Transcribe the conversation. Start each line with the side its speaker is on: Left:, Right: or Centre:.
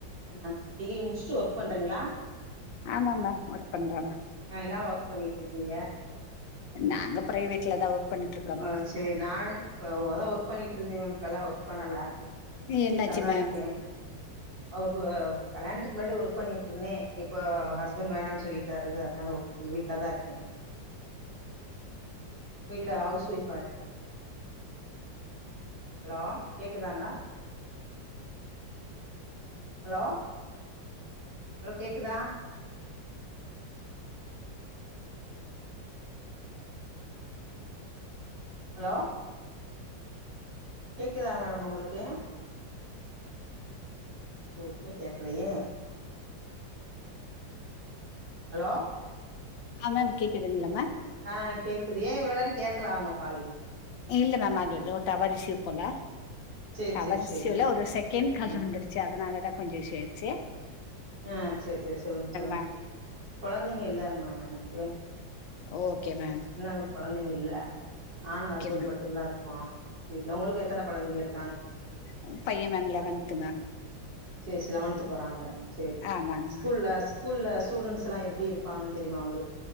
Right: ஆ டிகிரி முடிச்சுட்டு ஒர்க் பண்றீங்களா
Left: ஆமா மேம் ஒர்க் பன்னுரன் மேம்
Right: ஆ என்ன ஒர்க் பண்ணிட்டு இருக்கீங்க
Left: நாங்க பிரைவேட்ல தா ஒர்க் பண்ணிட்டு இருக்கோ
Right: ஆ
Left: மேம்
Right: செரி நான் இப்ப தான் ஒர்க் பண்ணிட்டு இருந்தேன் மேம் பல் இப்பலா ஒர்க் பண்ணல வீட்லதான்
Left: என்னாச்சு மேம்
Right: இருக்கேன் அவரு கல்யாணத்துக்கு முன்னாடி ஒர்க் பண்ணிட்டு இருந்தேன் இப்போ ஹஸ்பண்ட் வேணாம்னு சொல்லிட்டாரு அதனாலா அந்த வீட்லதா இருக்கே வீட்ல ஹவுஸ் ஒய்ஃப்பா இருக்கே ஹலோ கேக்குதாங்க ஹலோ ஹலோ கேக்குதா ஹலோ கேக்குதா மேடம் உங்களுக்கு ஒன்னுமே கேக்கலய ஹலோ
Left: ஆ மம் கேக்குதுங்ளா ம
Right: ஆ கேக்குது ஏ இவ்வளோ நேரோ கேக்கலா உங்க கால்
Left: இல்ல மம் அது எதோ டவர் இஸ்யூ போல
Right: சேரி
Left: டவர்
Right: சேரி
Left: இஷ்ல
Right: சேரி
Left: ஒரு செகெண்ட் கால்
Right: ம்
Left: வந்துருச்சு அதனாலதா கொஞ்சோ இஷ்யூ ஆய்டுச்சு
Right: அ சரி சரி சொல்லுங்க சொல்லுங்க
Left: மேம்
Right: கொழந்தைங்க இல்லங்க மம் எனக்கு
Left: ஓகே மம்
Right: இன்னு கொழந்தைங்க இல்ல நானு ஹஸ்பண்ட்
Left: மேம்
Right: மட்டுந்தா இருக்கோ வீட்ல உங்களுக்கு எத்தன கொழந்தைங்க இரு
Left: ஒரு பைய மம் லெவன்த்து மம்
Right: சேரி சே லெவன்து போறாங்க சேரி
Left: ஆமாங்க
Right: ஸ்கூல்ல
Left: மேம்
Right: ஸ்கூல்ல ஸ்டூட்ஸ் எல்லா எப்டி இருப்பாங்கன் தெரிமா உங்களுக்